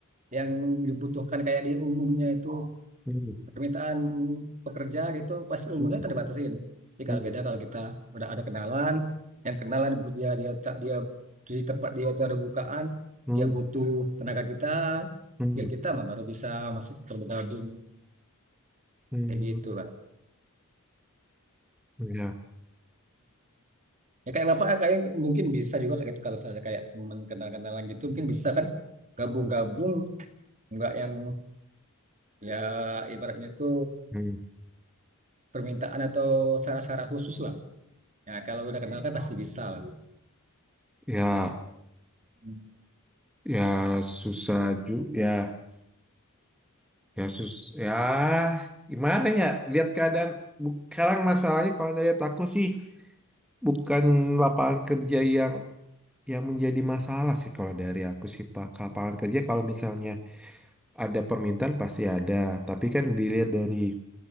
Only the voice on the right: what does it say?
yang dibutuhkan kayak di umumnya itu
permintaan pekerja gitu, pas umurnya
kan dibatasin. Tapi
kalau beda kalau kita udah ada kenalan, yang kenalan butuh dia dia ta- dia di tempat dia itu ada bukaan,
dia
butuh tenaga kita,
skill kita mah baru bisa masuk tergabung
kayak gitu, Pak.
Ya kayak bapak kayak mungkin bisa juga kayak itu kalau misalnya kayak teman kenal-kenalan gitu mungkin bisa kan gabung-gabung nggak yang ya ibaratnya itu
permintaan atau syarat-syarat khusus lah. Ya kalau udah kenal kan pasti bisa lah.
Hmm.